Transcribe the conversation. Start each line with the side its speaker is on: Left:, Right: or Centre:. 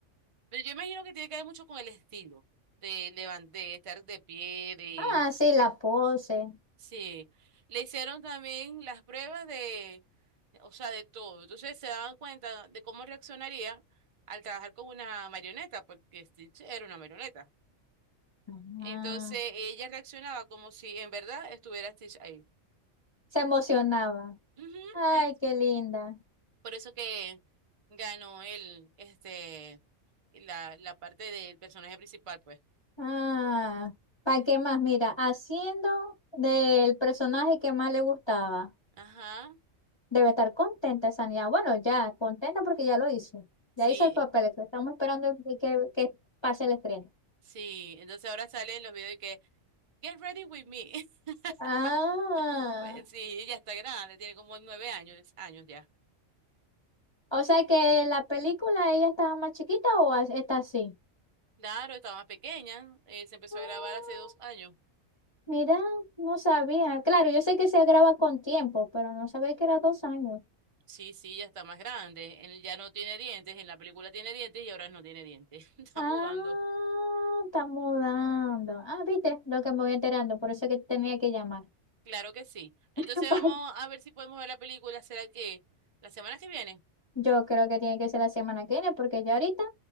Right: pero yo imagino que tiene que ver mucho con el estilo de, levantar, de estar de pie, de...
Left: Ah, sí, la pose.
Right: Sí, le hicieron también las pruebas de, o sea, de todo. Entonces se daban cuenta de cómo reaccionaría al trabajar con una marioneta, porque Stitch era una marioneta.
Left: Ajá.
Right: Entonces ella reaccionaba como si en verdad estuviera Stitch ahí.
Left: Se emocionaba.
Right: Ujú,
Left: Ay,
Right: eh,
Left: qué linda.
Right: Por eso que ganó el, este, la, la parte del personaje principal, pues.
Left: Ah, ¿para qué más? Mira, haciendo del personaje que más le gustaba.
Right: Ajá,
Left: Debe estar contenta esa niña. Bueno, ya, contenta porque ya lo hizo.
Right: sí,
Left: Ya hizo el papel, que estamos esperando que, que que pase el estreno.
Right: sí. Entonces ahora sale en los videos y que, Get ready with me. <laughs>
Left: Ah,
Right: Pues sí, ella está grande, tiene como nueve años, años ya.
Left: o sea que la película ella estaba más chiquita o a- está así.
Right: Claro, estaba más pequeña, eh, se empezó
Left: Ah,
Right: a grabar hace dos años.
Left: mira, no sabía. Claro, yo sé que se graba con tiempo, pero no sabía que era dos años.
Right: Sí, sí, ya está más grande. Él ya no tiene dientes, en la película tiene dientes y ahora no tiene dientes. <laughs> Está
Left: Ah,
Right: mudando.
Left: está mudando. Ah, viste lo que me voy enterando, por eso que tenía que llamar.
Right: Claro que sí. Entonces
Left: <laughs>
Right: vamos a ver si podemos ver la película. ¿Será que la semana que viene?
Left: Yo creo que tiene que ser la semana que viene, porque ya ahorita